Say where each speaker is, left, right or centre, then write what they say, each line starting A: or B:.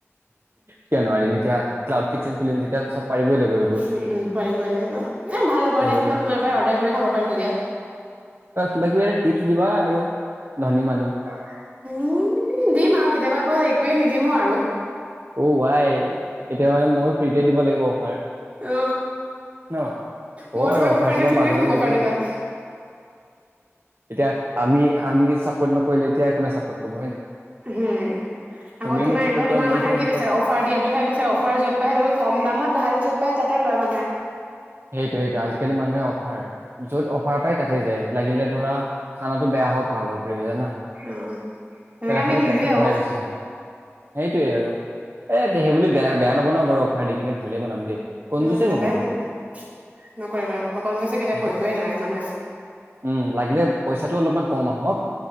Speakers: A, on the right (about 55°); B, on the right (about 30°).
A: কিয় নোৱাৰিমি। এতিয়া ক্লাউড কিটচন খুলিম যেতিয়া চব পাৰিবই লাগিব এইবোৰ,
B: উম উম পাৰিবই লাগিব এ ভাল হ'ব দে
A: এইবোৰ
B: মই তোমাৰ পৰাই অৰ্ডাৰ কৰি খাব পাৰিম তেতিয়া
A: কিবা কিবি টিপছ দিবা আৰু, ধনী মানুহ
B: উম দিম আৰু কেতিয়াবা অকৌ একোৱে নিদিমো আৰু।
A: অ ৱাই কেতিয়াবা মানে ময়ো ফ্ৰীতে দিব লাগিব অফাৰ।
B: অ
A: ন হ'ব
B: ময়ো
A: বাৰু
B: তোমাক
A: অফাৰ চফাৰ
B: দিম তুমিও
A: মাজে মাজে
B: মোক
A: দিব
B: অফাৰ
A: লাগিব,
B: দিবা
A: এতিয়া আমি আমি। চাপৰ্ট নকৰিলে এতিয়া কোনে চাপৰ্ট কৰিব হয় নাই।
B: হম
A: তুমিয়ে
B: আকৌ তোমাৰ
A: মোক চাপৰ্ট
B: এনে
A: কৰা
B: তোমাৰ
A: ময়ো
B: মানে
A: তোমাক
B: কি
A: চাপৰ্ট
B: বিচাৰে
A: কৰিম
B: অফাৰ দিয়াটোহে বিচাৰে অফাৰ যত পাই সেই কম দামত ভাল য'ত। পাই তাতে লয় মানে।
A: সেইটো এইেইটো আজিকালি মানুহে অফাৰ, যত অফাৰ পায় তাতেই যায়, লাগিলে ধৰা খানা বেয়া হওক ভাল হওক ৰে জানা।
B: অ তেনেকে
A: কিবা এটা
B: আমি
A: খালে
B: নিজে
A: পেটটো
B: আৰু
A: ভৰাই গৈছে। সেইটোৱে আৰু, এ হেই বুলি বেয়া বেয়া নবনাও বাৰু অফাৰ দি কিনে ভালেই বনাম দেই। কন
B: উম,
A: যুচি
B: ভালে
A: নকৰো,
B: মানে নকৰিব কনজুচি কেতিয়া
A: হেইটো
B: কৰিবই নালাগে মানুহে
A: উম লাগিলে পইচাটো অলপমান কম আহক